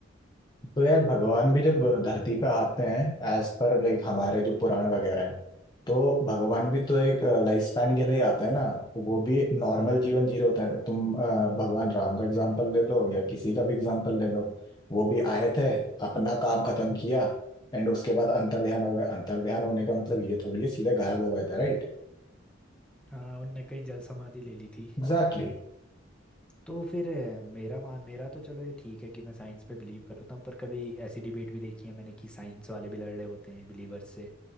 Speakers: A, on the left; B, in the centre.
A: तो यार भगवान
B: तो
A: भी जब धरती पे आते हैं एज पर लाइक हमारे जो पुराण वगैरह हैं तो भगवान भी तो एक लाइफ स्पैन के लिए आते हैं ना वो भी नॉर्मल
B: हाँ
A: जीवन जी रहे होते हैं तुम अ, भगवान राम का एग्जांपल ले लो या किसी का भी एग्जांपल ले लो वो भी आए थे अपना काम खत्म किया एंड उसके बाद अंतर ध्यान हो गए अंतर ध्यान होने का मतलब ये थोड़ी है सीधे गायब हो गए थे राइट
B: हाँ उनने कहीं जल समाधि ले ली थी
A: एग्जैक्टली
B: तो फिर अ, मेरा मान मेरा तो चलो ये ठीक है कि मैं साइंस पे बिलीव करता हूँ पर कभी ऐसी डिबेट भी देखी है मैंने कि साइंस वाले भी लड़ रहे होते हैं बिलीवर्स से